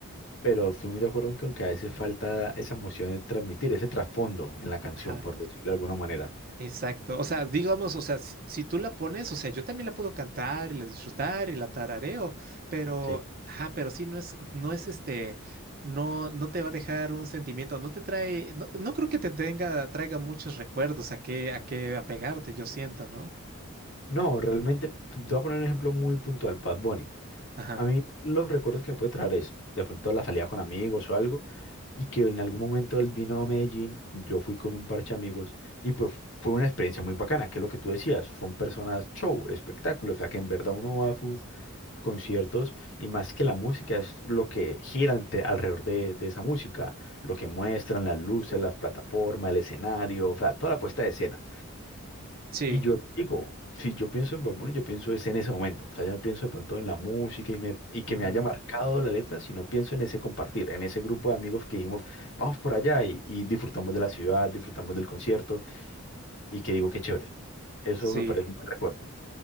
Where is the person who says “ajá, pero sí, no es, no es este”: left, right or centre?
Right